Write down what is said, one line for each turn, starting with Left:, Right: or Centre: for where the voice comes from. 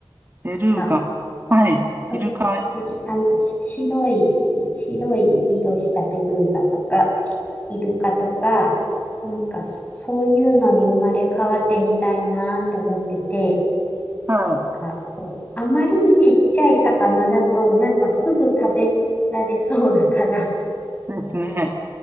Right: ベルーガ。
Left: が、
Right: はい。
Left: そうそう、
Right: イルカ。
Left: そういあの、し白い、白い色したベルーガとか、イルカとか、なんかそ、そういうのに生まれ変わってみたいなと思ってて、
Right: はい。
Left: なんか、こう、あまりにちっちゃい魚だと、なんかすぐ食べられそうだから、
Right: ですね。